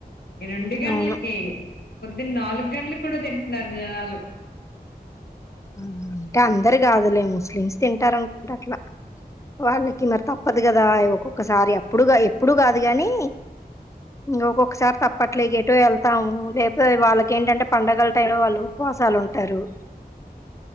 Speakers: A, on the left; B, on the left.
A: రెండు గంటలకి
B: అవును
A: పొద్దున్న నాలుగు గంటలకి కూడా తింటున్నారు జనాలు
B: అంటే అందర్ కాదులే ముస్లిమ్స్ తింటారునుకుంట అట్లా వాళ్ళకి మరి తప్పదు కదా ఒక్కొక్కసారి అప్పుడు ఎప్పుడు కాదు గాని ఇంగ ఒక్కొక్కసారి తప్పట్లే ఇగ ఎటో ఎళ్తాము లేకపోతే వాళ్ళక్ ఏంటంటే పండగలు టైంలో వాళ్ళు మసాలుంటారు.